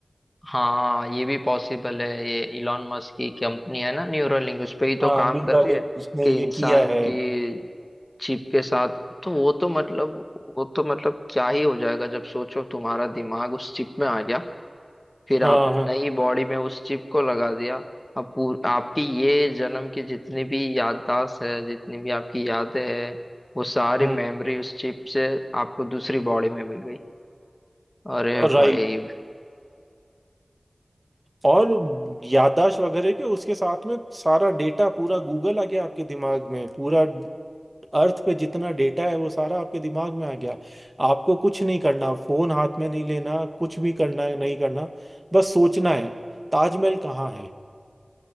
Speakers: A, on the left (about 20°); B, on the right (about 30°).
A: हाँ ये भी पॉसिबल है ये इलॉन मस्क की कंपनी है ना न्यूरोलिंक उस पे ही तो
B: हाँ
A: काम
B: मीरा
A: कर रही
B: ने
A: है
B: उसने
A: कि इंसान
B: ये किया है
A: की चिप के साथ तो वो तो मतलब वो तो मतलब क्या ही हो जाएगा जब सोचो तुम्हारा दिमाग उस चिप में आ गया फिर
B: हाँ
A: आपने
B: हाँ हाँ,
A: नई बॉडी में उस चिप को लगा दिया अब पूर, आपकी ये जन्म की जितनी भी याददाश्त है जितनी भी आपकी यादें हैं वो सारी
B: हम्म
A: मेमोरी उस चिप से आपको दूसरी बॉडी में मिल गई अरे
B: राइट
A: भाई
B: और याददाश्त वगैरह के उसके साथ में सारा डेटा पूरा गूगल आ गया आपके दिमाग में पूरा अर्थ पे जितना डेटा है वो सारा आपके दिमाग में आ गया आपको कुछ नहीं करना फोन हाथ में नहीं लेना कुछ भी करना है नहीं करना बस सोचना है ताजमहल कहाँ है